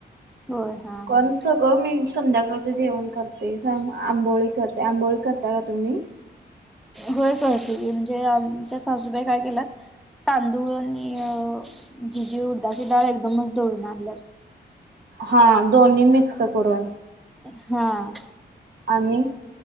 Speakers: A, in the centre; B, on the right.
A: होय. हा
B: कोणचं
A: हा
B: ग मी संध्याकाळच जेवण करते सांग आंबोळी करत. ते आंबोळी करता का तुम्ही?
A: होय बहुतेक म्हणजे आमच्या सासूबाई काय केलात? तांदूळ आणि अ हि जी उडदाची डाळ आहे पण नुस दळून आणल्या.
B: हां दोन्ही मिक्स करून.
A: हां.
B: आणि